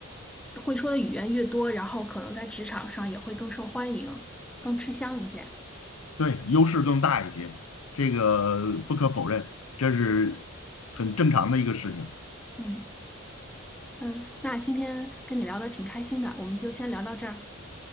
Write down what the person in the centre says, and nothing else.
会说的语言越多，然后可能在职场上也会更受欢迎，更吃香一些。
嗯。嗯，那今天跟你聊的挺开心的，我们就先聊到这儿。